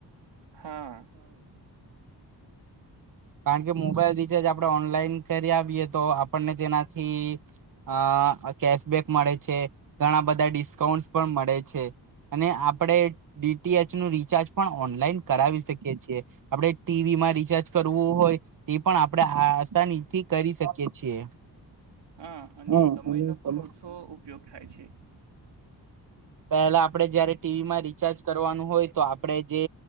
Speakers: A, on the right; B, on the right.
A: હા
B: કારણકે મોબાઈલ રિચાર્જ આપણે ઓનલાઈન કરી આવીએ તો આપણને તેનાથી અ કેશબેક મળે છે, ઘણા બધા ડિસ્કાઉન્ટ પણ મળે છે, અને આપણે ડી ટી એચ નું રિચાર્જ પણ ઓનલાઈન કરાવી શકીએ છીએ આપણે ટીવીમાં રિચાર્જ કરવું હોય તે પણ આપડે આસાનીથી કરી શકીએ છીએ
A: હા
B: હ
A: સમયનો
B: અને
A: પણ
B: તમે
A: ઓછો ઉપયોગ થાય છે.
B: પહેલા આપડે જયારે ટીવીમાં રિચાર્જ કરવાનું હોય તો આપણેે જે